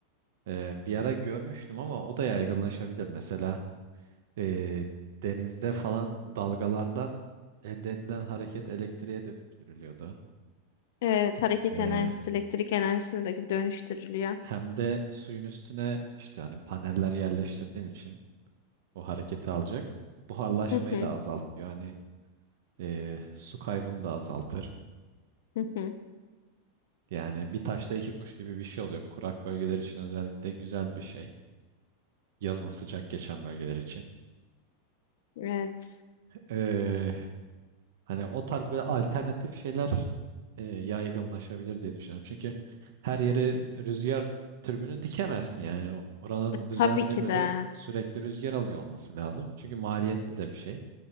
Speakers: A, on the right; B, on the left.
A: e, bir ara görmüştüm ama o da yaygınlaşabilir. Mesela e, denizde falan dalgalardan elde edilen hareket elektriğe dönüştürülüyordu.
B: Evet, hareket
A: E,
B: enerjisi elektrik enerjisine de dönüştürülüyor.
A: hem de suyun üstüne işte hani paneller yerleştirdiğin için o hareketi alacak. Buharlaşmayı
B: Hı hı,
A: da azaltıyor. Hani e, su kaybını da azaltır.
B: hı hı.
A: Yani bir taşla iki kuş gibi bir şey oluyor. Kurak bölgeler için özellikle güzel bir şey. Yazın sıcak geçen bölgeler için.
B: Evet.
A: Ee, hani o tarz böyle alternatif şeyler e, yaygınlaşabilir diye düşünüyorum. Çünkü her yere rüzgar türbünü dikemezsin yani. Oranın
B: E,
A: düzenli
B: Tabii ki
A: böyle
B: de.
A: sürekli rüzgar alıyor olması lazım. Çünkü maliyetli de bir şey.